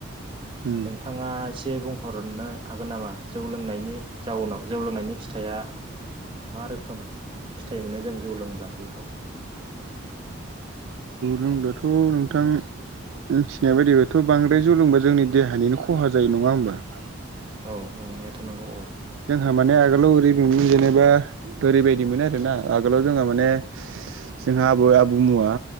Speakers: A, on the right (about 70°); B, on the right (about 25°).
A: उम
B: नोंथाङा एसे बुंहरनो हागोन नामा जौ लोंनायनि जाउनाव जौ लोंनायनि फिथाइया मा रोखोम फिथाइ मोनो जों जौ लोंब्ला बेखौ
A: लोंब्लाथ' नोंथां मिथिनाय बायदिब्लाथ' बांद्राय जौलोंबा जोंनि देहानिनो खहा जायो। नङा होमबा <unintelligible>
B: औ नंनायाथ' नंगौ औ।
A: जोंहा माने आगोलाव ओरै जेनेबा ओरैबायदि मोन आरोना आगोलाव जोंहा माने जोंहा आबै आबौ मोना